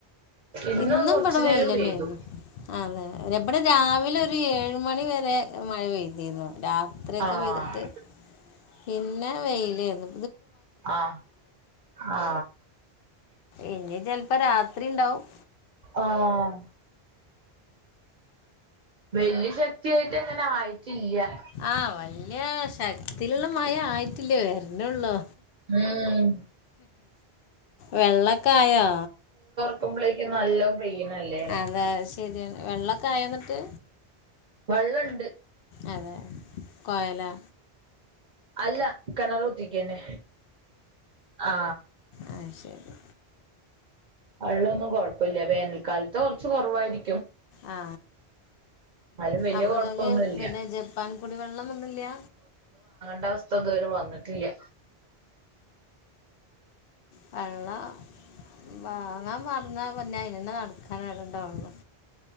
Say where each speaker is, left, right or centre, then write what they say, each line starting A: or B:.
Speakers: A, on the right; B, on the left.
A: ഇന്ന്
B: ഇന്നും
A: കൊറച്ചു
B: വടെ വെയ്‌ലെനെന്നു
A: നേരം പെയ്തു
B: അതെ ബടെ രാവിലെ ഒര് ഏഴു മണിവരെ മഴ പെയ്തിന്നു രാത്രിക്കെ
A: ആഹ്
B: പെയ്തിട്ട് പിന്നെ വെയ്ലേന്നു
A: ആ ആ ആ
B: ഇഞ് ചെല് പ്പോ രാത്രിണ്ടാവും
A: ആഹ് വല്യ ശക്തിയായിട്ടങ്ങനെ ആയിട്ടില്ല
B: ആ വല്യ ശക് ത്തില്ള്ള മഴ ആയിട്ടില്ല വര് നൊള്ളൂ
A: ഉം
B: വെള്ളക്കായോ
A: ക്കുമ്പളേക്കും നല്ലോം പെയ്യണല്ലേ
B: അതാ അഅ് ശെര്യാണ് വെള്ളക്കായോന്നിട്ട്
A: വള്ളണ്ട്
B: അതെ കോയലാ
A: അല്ല കെണറ് കുത്തി ണ് ആ
B: ആ ശരി
A: വെള്ളാന്നും കൊഴപ്പല്ല വേനൽക്കാലത്ത് കൊറ്ച്ച് കൊറവായിരി
B: ആ
A: എന്നാലും വല്യ
B: അപ്പോ
A: കൊഴപ്പൊന്നുല്ല
B: ങ്ങക്ക് പിന്നെ ജപ്പാൻ കുടിവെള്ളൊന്നൊന്നുല്യ
A: ടാസ്ഥ ത് വരെ വന്നിട്ടില്യ
B: വള്ളം വാങ്ങാ നടന്നാ പിന്നെ അയ്നന്നെ നടക്കാൻ എടണ്ടാവൊള്ളൂ